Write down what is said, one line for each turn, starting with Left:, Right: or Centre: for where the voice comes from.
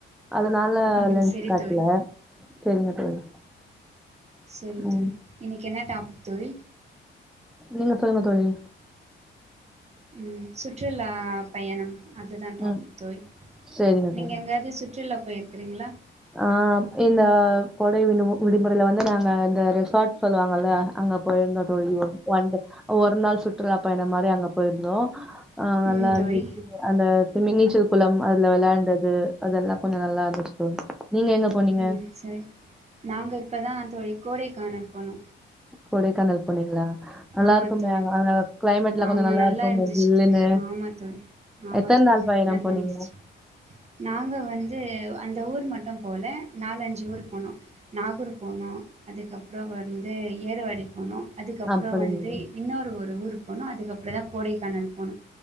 Centre: அதனால
Right: ம்
Centre: நனச்சு
Right: செரி
Centre: காட்டல
Right: தோழி
Centre: சரிங்க தோழி
Right: சரி
Centre: ம்
Right: தோழி இன்னைக்கு என்ன டாபிக் தோழி
Centre: நீங்க சொல்லுங்க தோழி
Right: ம் சுற்றுலா பயணம் அதுதா டாபிக்
Centre: ம்
Right: தோழி
Centre: சேரிங்க
Right: நீங்க
Centre: தோழி
Right: எங்காவது சுற்றுலா போயிருக்கறீங்களா
Centre: ஆ இந்த கொடை விடு விடுமுறையில வந்து நாங்க இந்த ரிசார்ட் சொல்லுவாங்கல்ல அங்க போயிருந்தோ தோழி ஒ ஒரு நாள் சுற்றுலா பயணம் மாரி அங்க போயிருந்தோ ஆ நல்லா
Right: ம்
Centre: இருந்துச்சு
Right: தோழி
Centre: அந்த மி நீச்சல் குளம் அதுல வெளாண்டது அதெல்லா கொஞ்ச நல்லாருந்துச்சு தோழி நீங்க எங்க போனீங்க
Right: ம் சரி நாங்க இப்பதா தோழி கோடைக்கானல் போனோ
Centre: கொடைக்கானல் போன்னீங்களா நல்லா
Right: ஆமா
Centre: இருக்ககுமே
Right: தோழி
Centre: அந்த கிளைமேட்ல
Right: ஆமா
Centre: கொஞ்ச நல்லா இருக்கும்
Right: இருந்துச்சு
Centre: மே ஜில்லுனு
Right: தோழி ஆமா தோழி ஆமா
Centre: எத்தன்
Right: தோழி
Centre: நாள் பயணம்
Right: நல்லா
Centre: போனீங்க
Right: இருந்துச்சு நாங்க வந்து அந் இந்த ஊர் மட்டு போல நாலஞ்சு ஊர் போனோ நாகூர் போனோ அதுக்கப்புற வந்து ஏற்வாடி போனோ அதுக்கப்புற
Centre: அப்படிங்களா
Right: வந்து இன்னொரு ஒரு ஊர் போனோ அதுக்கப்புறந்தா கோடைக்கானல் போனோ